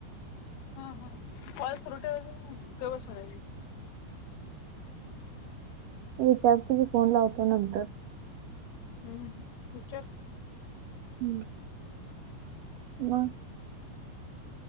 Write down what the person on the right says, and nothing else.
विचारतो की फोन लावतो नंतर.
हम्म, म?